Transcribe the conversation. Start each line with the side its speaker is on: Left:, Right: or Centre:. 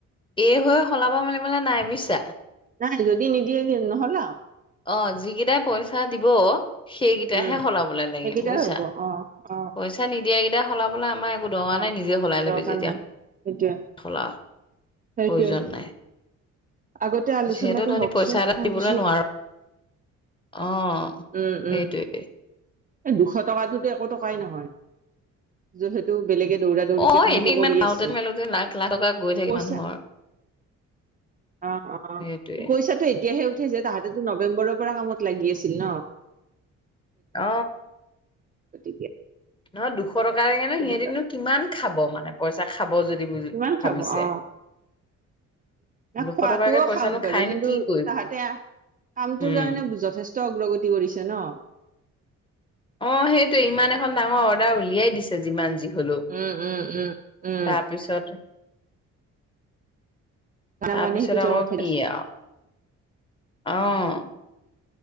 Left: এই হৈ সলাব মেলিবলৈ নাই বুইছা
Right: নাই যদি নিদিয়ে নহ'লে
Left: অ', যিকেইটাই পইচা দিব সেইকেইটাহে
Right: উম
Left: সলাবলে লাগে
Right: সেইকেইটাৰ
Left: বুজিছা
Right: হ'ব অ অ
Left: পইচা নিদিয়াকেইটা সলাবলে আমাৰ দঙা
Right: অ
Left: নাই নিজে সলাই ল'বি
Right: দৰকাৰ
Left: যেতিয়া
Right: নাই সেইটোয়ে
Left: সলা
Right: সেইটোয়ে
Left: প্ৰয়োজন নাই
Right: আগতে আলোচনাটো
Left: যিহেতু সেই
Right: হওকচোন
Left: পইচা এটা
Right: তাৰপিছত
Left: দিবলৈ নোৱাৰো। অ',
Right: উম
Left: সেইটোৱেই।
Right: উম এই দুশ টকাতটোতো একো টকাই নহয়, যিহেতু বেলেগে দৌৰা দৌৰিকে
Left: অ',
Right: কামটো
Left: এনেই ইমান
Right: কৰি
Left: পাওঁতে
Right: আছে
Left: মেলিলো যে লাখ লাখ টকা গৈ থাকি
Right: পইচা
Left: মানুহৰ। <inaudible>
Right: অ, অ,
Left: সেইটোৱে
Right: পইচাটো এতিয়াহে উঠাইছে তাহাঁতেতো নৱেম্বৰৰ পৰা কামত লাগি আছে। <unintelligible>
Left: অ,
Right: গতিকে
Left: ন দুখ দুশ টকা লাগেনে,
Right: ত'
Left: সিহঁতিনো
Right: সেইকাৰণে
Left: কিমান খাব মানে পইচা খাব যদি
Right: কিমান
Left: ভাবিছে।
Right: খাব অ ন
Left: দুশ
Right: খোৱাটোও
Left: টকাকে পইচানো
Right: খাওক বাৰু
Left: খাইনো
Right: কিন্তু
Left: কি কৰিব
Right: তাহাঁতে কামটোৰ
Left: উম।
Right: কাৰণে যথেষ্ট অগ্ৰগতি কৰিছে ন?
Left: অ, সেইটোৱে ইমান এখন ডাঙৰ অৰ্ডাৰ উলিয়াই দিছে যিমান যি ধুলো,
Right: উম উম উম উম
Left: তাৰপিছত। তাৰপিছত
Right: মানে সেইটো
Left: আকৌ
Right: কথাই
Left: কি
Right: আছো
Left: আৰু আহ।